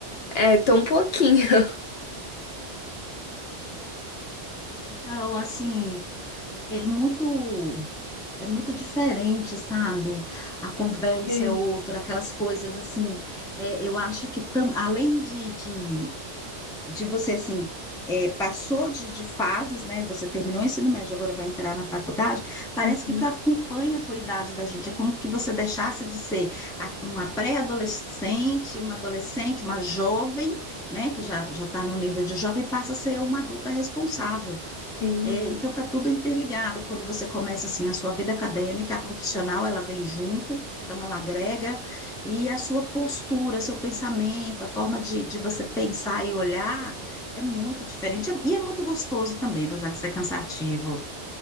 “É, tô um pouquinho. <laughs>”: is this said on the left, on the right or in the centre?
Left